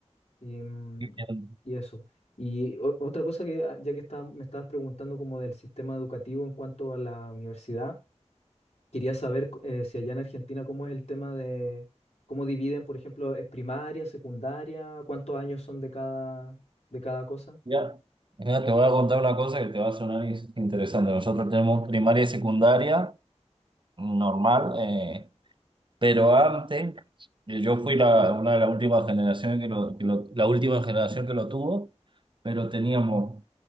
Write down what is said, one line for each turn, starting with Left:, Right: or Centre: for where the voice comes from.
Left: Y, mm,
Right: Bien.
Left: y eso. Y o- otra cosa que, ah, ya que estaba- me estabas preguntando como del sistema educativo en cuanto a la universidad, quería saber eh, si allá en Argentina cómo es el tema de cómo dividen, por ejemplo, es primaria, secundaria, cuántos años son de cada, de cada cosa.
Right: Ya. Mira, te voy a contar una cosa que te va a sonar in- interesante. Nosotros tenemos primaria y secundaria normal, eh, Pero antes, eh, yo fui la, una de las últimas generaciones que lo, que lo- la última generación que lo tuvo, pero teníamos